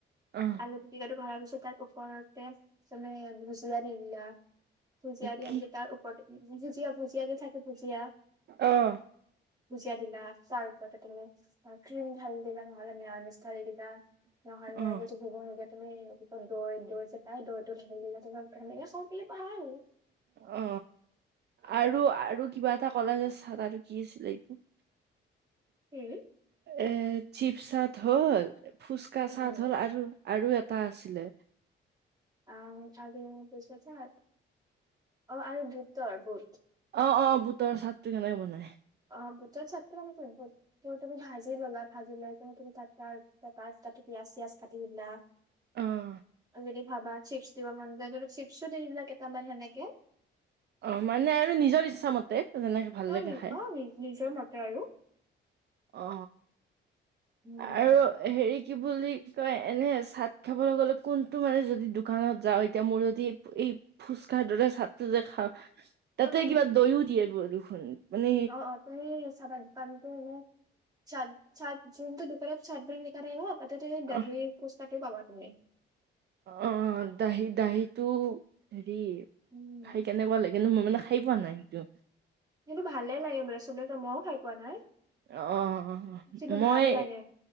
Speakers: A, on the right; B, on the right.
A: অ',
B: আলু পিটিকাটো ভৰাৰ পিছত তাৰ ওপৰতে তুমি ভুজিয়া দি দিলা ভুজিয়া দিয়া
A: কি
B: তাৰ ওপৰত ভুজিয়া ভুজিয়া যে থাকে ভুজিয়া
A: অ'
B: ভুজিয়া দিলা তাৰ ওপৰতে তুমি ক্ৰীম ঢালি দিলা নহ'লে মেওনিছ ঢালি দি। এতিয়া নহলে
A: অ',
B: আজি। <unintelligible> তুমি দৈ দৈ যে পাই দৈটো ঢালি দিলা তোমাক তেনেকে খাওঁ পাৰিলে পাৰা আৰু।
A: অ আৰু আৰু কিবা এটা কলাজ আছে। থকাতো আৰু কি আছিলে এইটো।
B: হম।
A: এ চিপ চাট হ'ল ফুচকা
B: উম
A: চাট
B: উম
A: হ'ল আৰু। আৰু এটা আছিলে।
B: অহ আলু ভূজিয়া চাট অ আৰু বুতৰ বুত।
A: অ অ বুটৰ চাট টো কেনেকে বনাই।
B: অ বুটৰ চাটটো মানে তুমি ভাজি ল'লা ভাজি লৈ কিনে তুমি তাত তাতে পিয়াজ। পিয়াজ চিয়াজ কাটি দিলা।
A: অহ।
B: বুলি ভাবা চিপছ দিব মন যায় চিপছো দি দিলা কেইটামান সেনেকে।
A: অ মানে আৰু নিজৰ ইচ্ছাামতে। যেনেকে ভাল
B: অ',
A: লাগে খাই।
B: অ নিজৰ মতে আৰু
A: অ
B: উম,
A: আৰু হেৰি। কি বুলি কয় এনে চাট খাবলৈ গ'লে কোনটো মানে যদি দোকানত যাওঁ এতিয়া মোৰ যদি। ফুচকা দৰে চাটটো যে খাওঁ তাতে
B: উম,
A: কিবা দৈও দিয়ে দেখোন। মানে
B: অ অ তুমি চাবা পানী। উম চাট চাট যোনটো দোকানত চাট বুলি লিখা থাকিব। তাতে তুমি দহি
A: অ
B: ফুচকাত পাবা তুমি।
A: অ দাহি দাহিটো হেৰি
B: উম,
A: খাই কেনেকুৱা লাগে নো মই মানে খাই পোৱা নাই সেইটো।
B: সেইটো ভালে লাগে বোলে চবকে মইও খাই পোৱা নাই।
A: অ
B: কিন্তু
A: মই
B: ভাল লাগে